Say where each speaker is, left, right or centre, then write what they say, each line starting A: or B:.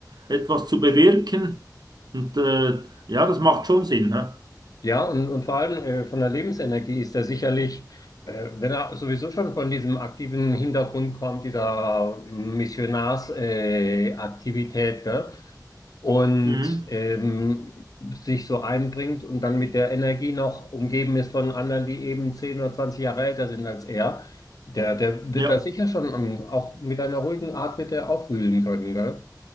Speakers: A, on the right; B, on the left.
A: etwas zu bewirken. Und äh, ja, das macht schon Sinn. Hä?
B: Ja, und, und vor allem äh, von der Lebensenergie ist er sicherlich, äh, wenn er sowieso schon von diesem aktiven Hintergrund kommt, dieser Missionarsaktivität, äh, Aktivität, gell? und
A: Mhm.
B: ähm, sich so einbringt und dann mit der Energie noch umgeben ist von anderen, die eben 10 oder 20 Jahre älter sind als er, der, der
A: Ja,
B: wird da sicher schon ähm, auch mit einer ruhigen Art wird er aufwühlen können, gell?